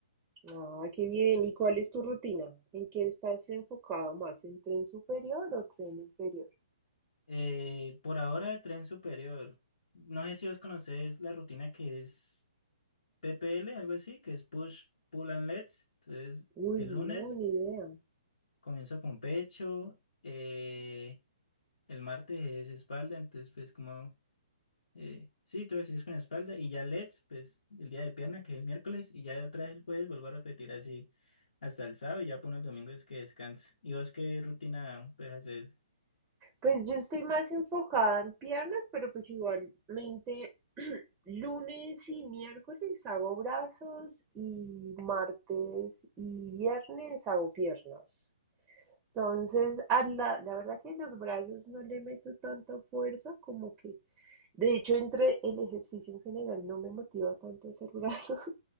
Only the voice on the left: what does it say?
Eh, por ahora tren superior, no sé si vos conocés la rutina que es PPL, algo así, que es push, pull and legs entonces
el
lunes
comienzo con pecho, eh, El martes es espalda, entonces pues como, eh, sí, todo ejercicio es con espalda y ya LEDs, pues el día de pierna, que es el miércoles, y ya otra vez el jueves vuelvo a repetir así hasta el sábado y ya pone el domingo es que descanse. ¿Y vos qué rutina pues haces?